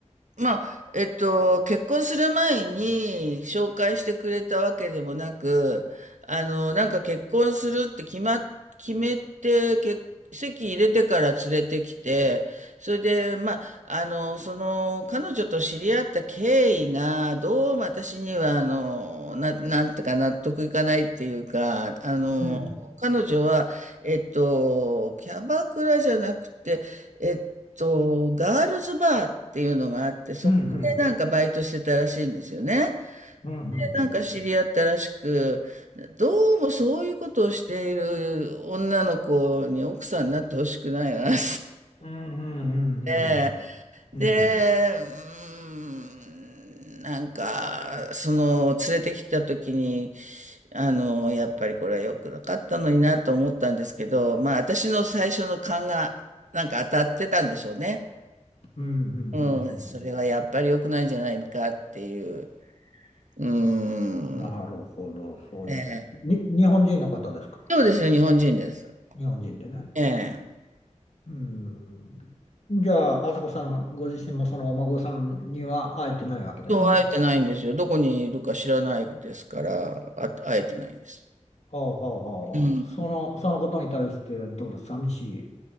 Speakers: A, on the right; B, on the left.
A: まあ、えっと、結婚する前に紹介してくれたわけでもなく、あの、なんか結婚するって決ま、決めて、結籍入れてから連れてきて、それで、まあ、あの、その、彼女と知り合った経緯が、どうも私には、あの、な、なんてか納得いかないっていうか、あの、
B: うん、
A: 彼女は、えっと、キャバクラじゃなくて、えっと、ガールズバーっていうのがあって、そこでなんかバイトしてたらしいんですよね。
B: うん、うんうんうん
A: で、なんか知り合ったらしく、どうもそういうことをしている女の子に奥さんになってほしくないなっ
B: うんうんうんうんうん
A: て。で、うーん、なんか、その、連れてきた時に、あの、やっぱりこれは良くなかったのになと思ったんですけど、まあ私の最初の勘がなんか当たってたんでしょうね。
B: うんうんうんうんうんうん
A: うん、それはやっぱり良くないんじゃないかっていう。う
B: なるほど、
A: ん。
B: そういうこと。
A: ええ
B: に、日本人の方ですか
A: そうですよ、日本人です。
B: 日本人でね。
A: ええ。
B: うん。じゃあ、朝子さんご自身もそのお孫さんには会えてないわけですね。
A: そう、会えてないんですよ。どこにいるか知らないですから、あ、会えてないんです。
B: はあはあはあ。
A: うん
B: その、そのことに対してどうです寂しい